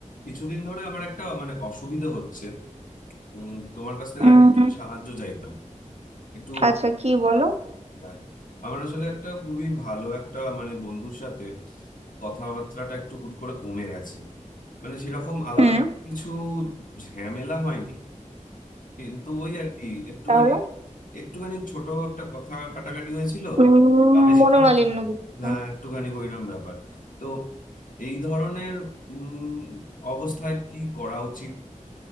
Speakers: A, on the left; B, on the right.
A: কিছুদিন ধরে আমার একটা মানে অসুবিধা হচ্ছে উম, তোমার কাছ থেকে
B: উম
A: আর কি একটু সাহায্য চাইতাম একটু
B: আচ্ছা কি বলো
A: হ্যাঁ, আমার আসলে একটা খুবই ভালো একটা মানে বন্ধুর সাথে কথাবার্তাটা একটু হুট করে কমে গেছে মানে সেরকম আলাদা
B: হুম
A: করে কিছু ঝামেলা হয়নি কিন্তু ওই আর কি একটুখানি
B: তাহলে
A: একটুখানি ছোট একটা কথা কাটাকাটি হয়েছিল
B: উম
A: তাও বেশিক্ষণের
B: মনোমালিন্য
A: জন্য
B: কিছু
A: হ্যাঁ একটুখানি ওইরকম ব্যাপার তো এই ধরনের উম, অবস্থায় কি করা উচিত